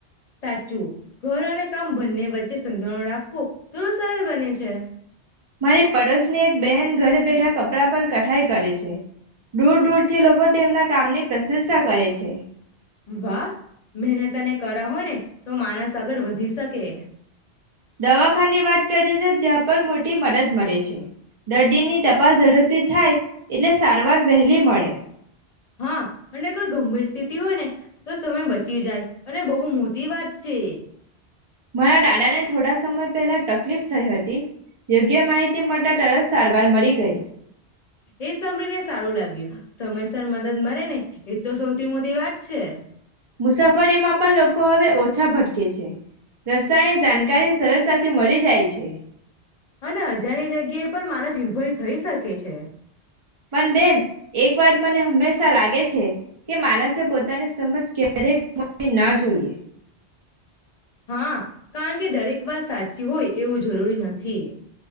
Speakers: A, on the left (about 40°); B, on the right (about 40°).
A: સાચું ઘર અને કામ બંને વચ્ચે રાખવો થોડું સરળ બને છે. છે <unintelligible>
B: મારી પડોશની એક બહેન ઘરે બેઠા કપડા પર કઠાઈ કરે છે દૂર દૂરથી લોકો તેમના કામની પ્રશંસા કરે છે.
A: વાહ મને તને કર હો ને. તો માણસ આગર વધી સક કે
B: દવાખા ની વાત કરી ને પણ મોટી મદદ મળે છે દર્દીની ટપાસ ઝડપથી થાય એટલે સારવાર વહેલી મળે.
A: હા અને કોઈ ગંભીર સ્થિતિ હોય ને તો સમય બચી જાય અને બહુ મોટી વાત છે.
B: મારા દાદાને થોડા સમય પહેલા તકલીફ થઈ હતી યોગ્ય માહિતી મળતા તરત સારવાર મળી ગઈ.
A: એ સમનને સારું લાગ્યું સમયસર મદદ મળેને એ તો સૌથી મોટી વાત છે
B: મુસાફરીમાં પણ લોકો હવે ઓછા ભટકે છે રસ્તાની જાણકારી સરલતાથી મળી જાય છે.
A: અને અજાણ્ય જગ્યાએ પણ માનસ નિર્ભય થઈ શકે છે. કે
B: પણ બેન એક વાત મને હંમેશા લાગે છે કે માનસે પોતાની સમજ ક્યારેય <unintelligible> ના જોઈએ.
A: હા કારણ કે દરેક વાત સાચી હોય એવું જરૂરી નથી.